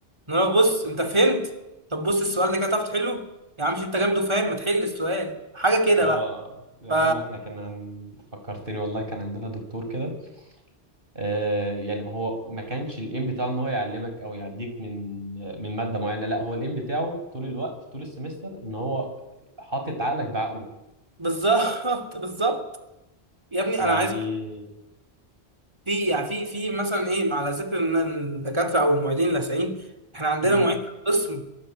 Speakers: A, on the right (about 25°); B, on the right (about 55°).
A: ان هو بص انت فهمت طب بص السؤال ده كده تعرف تحله يا عم مش انت جامد وفاهم ما تحل السؤال حاجه كده
B: اه
A: بقى
B: يا
A: ف
B: عم احنا كان عن... فكرتني والله كان عندنا دكتور كده آه يعني هو ما كانش الايم بتاعه ان هو يعلمك او يعديك من من ماده معينه لا هو الايم بتاعه طول الوقت طول السمستر ان هو حاطط عقلك بعقله
A: بالظبط <laughs> بالظبط يا ابني
B: يعني
A: انا عايز في يعني في في مثلا ايه على ذكر ان الدكاتره او المعيدين اللاذعين احنا عندنا
B: امم
A: معيد في القسم